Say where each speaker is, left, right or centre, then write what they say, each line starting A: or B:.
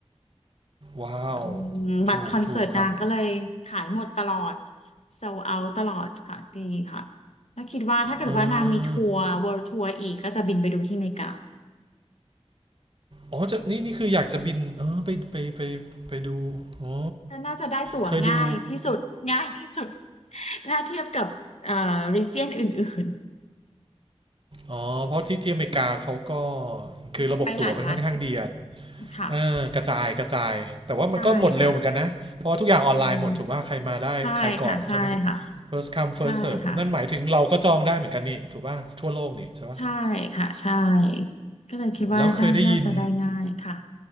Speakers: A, on the right; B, on the left.
A: ว้าว
B: อืมบัตรคอนเสิร์ตนางก็เลยขายหมดตลอด
A: ถูกถูกครับ
B: โซเอาตลอดค่ะดีค่ะแล้วคิดว่าถ้าเกิดว่านางมีทัวร์
A: เออ
B: World Tour อีกก็จะบินไปดูที่อเมริกา
A: อ๋อจะนี่นี่คืออยากจะบินเออไปไปไปไปดูอ๋อ
B: แต่น่าจะได้ตั๋วง่ายที่สุดง่ายที่สุด
A: เคยดู
B: <laughs> ถ้าเทียบกับเอ่อ region อื่น
A: อ๋อเพราะที่ที่อเมริกาเขาก็คือระบบตั๋วมันค่อนข้างดีอะ
B: ๆไปหลายรัฐค่ะ
A: เออกระจายกระจายแต่ว่ามันก็หมดเร็วเหมือนกันนะเพราะว่าทุกอย่างออนไลน์หมดถูกว่าใครมาได้ใครก่อนใช่ไหม
B: ใช่ค่ะอืมใช่ค่ะใช่ค่ะ
A: first come first
B: ใช่ค่ะ
A: serve นั่นหมายถึงเราก็จองได้เหมือนกันนี่ถูกป่ะทั่วโลกนี่ใช่ป่ะ
B: ใช่ค่ะใช่ก็เลยคิดว่าน่าน่าจะได้ง่ายค่ะ
A: แล้วเคยได้ยิน